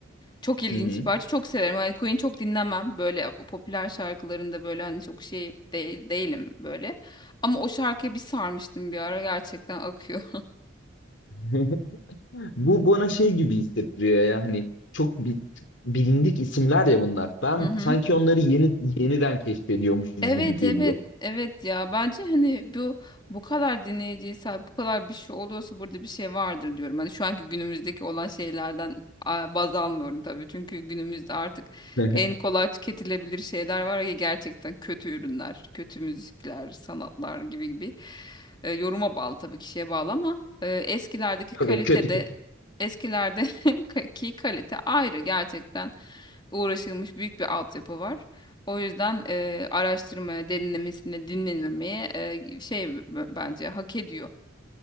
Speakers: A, on the left; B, on the left.
A: Çok ilginç
B: hı
A: bir parça. Çok severim. Hani Queen çok dinlemem. Böyle popüler şarkılarında böyle hani çok şey değil, değilim böyle. Ama o şarkıya bir sarmıştım bir ara. Gerçekten akıyor.
B: hı. <laughs> Bu bana şey gibi hissettiriyor ya hani çok bi- bilindik isimler ya bunlar. Ben
A: <laughs> Hı hı.
B: sanki onları yeni yeniden keşfediyormuşum
A: Evet
B: gibi geliyor.
A: evet evet ya bence hani bu bu kadar dinleyiciye sahip bu kadar bir şey oluyorsa burada bir şey vardır diyorum. Hani şu anki günümüzdeki olan şeylerden a, baz almıyorum tabii. Çünkü günümüzde artık
B: <laughs>
A: en kolay tüketilebilir şeyler var ya gerçekten kötü ürünler, kötü müzikler, sanatlar gibi gibi. E, yoruma bağlı tabii kişiye bağlı ama e, eskilerdeki kalitede
B: Yok yok kötü kötü.
A: eskilerde <laughs> ki kalite ayrı gerçekten uğraşılmış büyük bir altyapı var. O yüzden e, araştırmaya, derinlemesine dinlenilmeye e, şey b- bence hak ediyor.